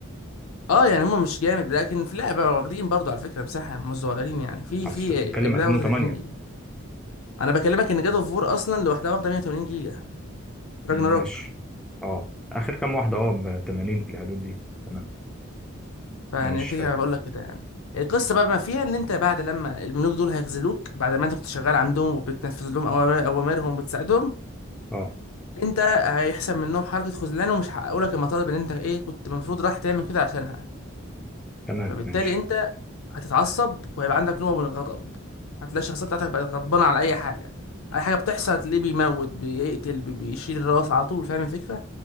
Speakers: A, on the left; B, in the centre.
A: اه يعني هم مش جامد لكن في لعبه واخدين برضو على فكره مساحه مش صغيرين يعني في
B: اصل
A: في
B: انت بتتكلم
A: اجزاء
B: 2008
A: واخده 30 جيجا انا بكلمك ان جاد اوف وور اصلا لوحدها واخده 180 جيجا راجناروك
B: ماشي اه اخر كام واحده اه ب 80 في الحدود دي تمام
A: فيعني
B: ماشي
A: كده
B: حلو
A: كده بقول لك كده يعني القصه بقى ما فيها ان انت بعد لما الملوك دول هيخذلوك بعد ما انت كنت شغال عندهم وبتنفذ لهم أوامر- اوامرهم وبتساعدهم
B: اه
A: انت هيحصل منهم حركه خذلان ومش هيحققوا لك المطالب اللي انت ايه كنت المفروض راح تعمل كده عشانها
B: تمام
A: فبالتالي
B: ماشي
A: انت هتتعصب وهيبقى عندك نوع من الغضب هتلاقي الشخصيه بتاعتك بقت غضبانه على اي حاجه اي حاجه بتحصل تلاقيه بيموت بيقتل بي- بيشيل الراس على طول فاهم الفكره